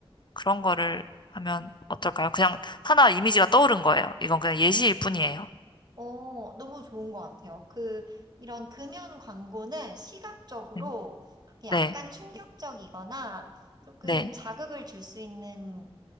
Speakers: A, on the left (about 50°); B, on the right (about 40°).
A: 그런 거를 하면 어떨까요? 그냥 하나 이미지가 떠오른 거예요. 이건 그냥 예시일 뿐이에요.
B: 어, 너무 좋은 것 같아요. 그, 이런 금연 광고는 시각적으로
A: 네,
B: 그렇게 약간
A: 네,
B: 충격적이거나 조금
A: 네.
B: 자극을 줄 수 있는